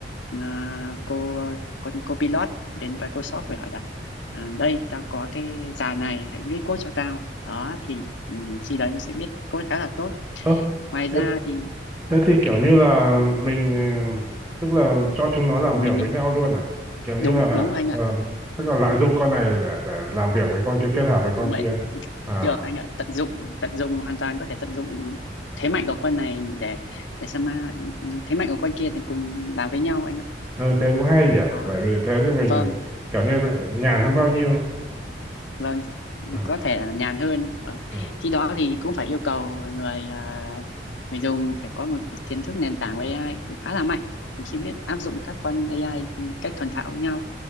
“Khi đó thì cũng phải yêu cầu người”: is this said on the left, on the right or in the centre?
Left